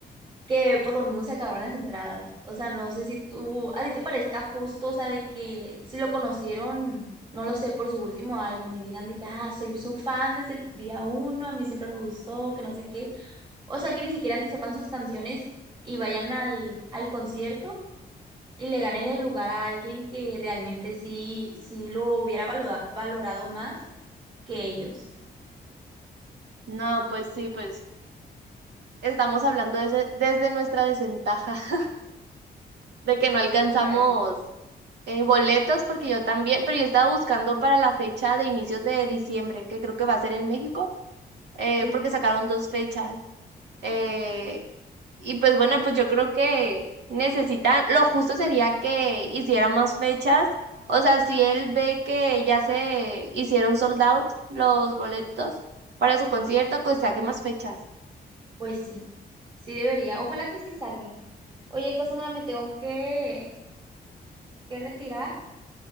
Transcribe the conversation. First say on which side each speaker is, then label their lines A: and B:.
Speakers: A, on the right (about 30°); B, on the right (about 90°).
A: que por lo mismo se acabaron las entradas. O sea, no sé si tú, a ti te parezca justo, o sea, de que si lo conocieron, no lo sé, por su último álbum y digan de que, ah, soy su fan desde el día uno, a mí siempre me gustó, que no sé qué. O sea, que ni siquiera se sepan sus canciones y vayan al, al concierto y le ganen el lugar a alguien que realmente sí, sí lo hubiera valora- valorado más que ellos.
B: No, pues sí, pues estamos hablando desde, desde nuestra desventaja <laughs> de que no alcanzamos
A: Sí, claro.
B: eh, boletos porque yo también, pero yo estaba buscando para la fecha de inicios de diciembre, que creo que va a ser en México, eh,
A: Sí,
B: porque sacaron dos fechas. Eh, Y pues bueno, pues yo creo que necesitan, lo justo sería que hicieran más fechas. O sea, si él ve que ya se hicieron sold out los boletos para su concierto, pues saque más fechas.
A: pues sí, sí debería. Ojalá que sí saquen. Oye, Cassandra, me tengo que, que retirar,